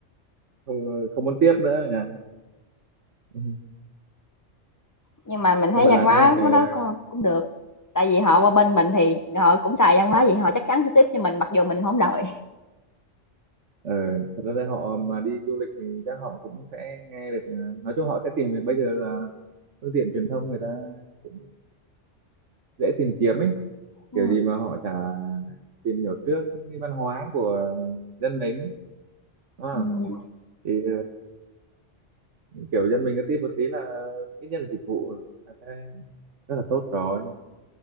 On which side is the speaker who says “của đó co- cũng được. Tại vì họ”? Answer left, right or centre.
Left